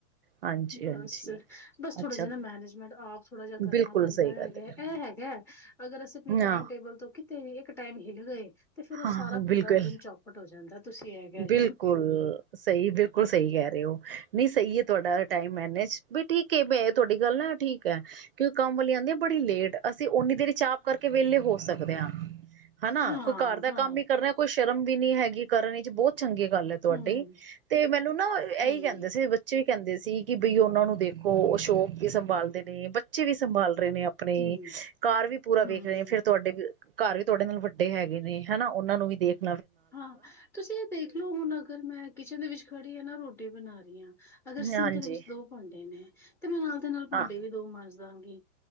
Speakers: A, on the right; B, in the centre.
A: ਹਾਂਜੀ,
B: ਬਸ,
A: ਹਾਂਜੀ
B: ਬਸ
A: ਅੱਛਾ
B: ਥੋੜ੍ਹਾ ਜਿਨਾ ਮੈਨੇਜਮੈਂਟ ਆਪ ਥੋੜ੍ਹਾ ਜਿਹਾ ਕਰਨਾ
A: ਬਿਲਕੁਲ
B: ਪੈਂਦਾ
A: ਸਹੀ
B: ਹੈਗਾ
A: ਗੱਲ ਹੈ
B: ਇਹ ਹੈਗਾ ਅਗਰ ਅਸੀਂ ਆਪਣੇ
A: ਹਾਂ।
B: ਟਾਈਮ ਟੇਬਲ ਤੋਂ ਕਿਤੇ ਵੀ ਇੱਕ ਟਾਈਮ ਹਿਲ ਗਏ ਤੇ ਫਿਰ ਉਹ
A: ਹਾਂ
B: ਸਾਰਾ ਪੂਰਾ
A: ਬਿਲਕੁਲ
B: ਦਿਨ ਚੌਪਟ ਹੋ ਜਾਂਦਾ ਤੁਸੀਂ ਇਹ ਕਹਿ ਲਓ।
A: ਬਿਲਕੁਲ ਸਹੀ ਬਿਲਕੁਲ ਸਹੀ ਕਹਿ ਰਹੇ ਓ। ਨਹੀਂ ਸਹੀ ਹੈ ਤੁਹਾਡਾ ਟਾਈਮ ਮੈਨੇਜ, ਵੀ ਠੀਕ ਹੈ ਮੈਂ ਤੁਹਾਡੀ ਗੱਲ ਨਾ ਠੀਕ ਐ। ਕਿਉਂਕਿ ਕੰਮ ਵਾਲੀ ਆਂਦੀ ਆ ਬੜੀ ਲੇਟ ਅਸੀਂ ਉਨੀ ਦੇਰ ਹੀ ਚਾਪ ਕਰਕੇ ਵਿਹਲੇ ਹੋ ਸਕਦੇ ਆ। ਹਨਾ।
B: ਹਾਂ ਹਾਂ ਹਾਂ
A: ਕਰਨਾ ਕੋਈ ਸ਼ਰਮ ਵੀ ਨਹੀਂ ਹੈਗੀ ਕਰਨ 'ਚ ਬਹੁਤ ਚੰਗੀ ਗੱਲ ਹੈ ਤੁਹਾਡੀ,
B: ਹਮ
A: ਤੇ ਮੈਨੂੰ ਨਾ ਇਹੀ
B: ਹਮ
A: ਕਹਿੰਦੇ ਸੀ ਬੱਚੇ ਕਹਿੰਦੇ ਸੀ ਕਿ ਬਈ ਉਹਨਾਂ ਨੂੰ ਦੇਖੋ ਅਸ਼ੋਕ ਵੀ ਸੰਭਾਲਦੇ ਨੇ ਬੱਚੇ ਵੀ ਸੰਭਾਲ ਰਹੇ ਨੇ ਆਪ ਆਪਣੇ
B: ਹਮ
A: ਘਰ ਵੀ ਪੂਰਾ ਵੇਖ
B: ਹਮ
A: ਰਹੇ ਨੇ ਫਿਰ ਤੁਹਾਡੇ ਵੀ ਘਰ ਵੀ ਤੁਹਾਡੇ ਨਾਲ ਵਡ ਤ ਹੈਗੇ ਨੇ ਹਨਾ ਉਹਨਾਂ ਨੂੰ ਵੀ ਦੇਖ
B: ਹਾਂ ਤੁਸੀਂ ਇਹ ਦੇਖਲੋ ਹੁਣ ਅਗਰ ਮੈਂ ਕਿਚਨ ਦੇ ਵਿੱਚ ਖੜੀ ਆ ਨਾ ਰੋਟੀ ਬਣਾ ਰਹੀ ਆ, ਅਗਰ ਸਿੰਕ
A: ਹਾਂਜੀ
B: ਦੇ ਵਿੱਚ ਦੋ ਭਾਂਡੇ ਨੇ ਤੇ ਮੈਂ ਨਾਲ ਦੇ ਨਾਲ ਭਾਂਡੇ
A: ਹਾਂ
B: ਵੀ ਦੋ ਮਾਂਜ ਦਾਂਗੀ,